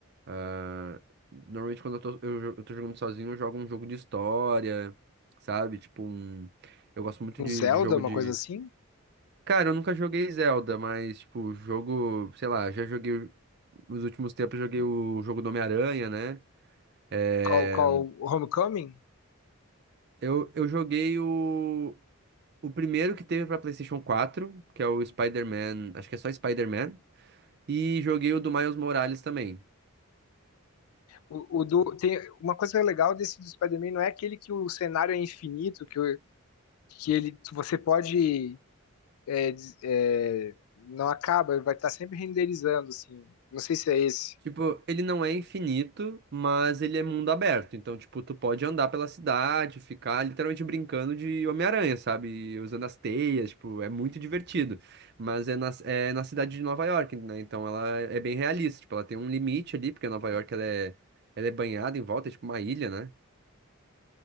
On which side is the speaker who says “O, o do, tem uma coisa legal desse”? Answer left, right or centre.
Left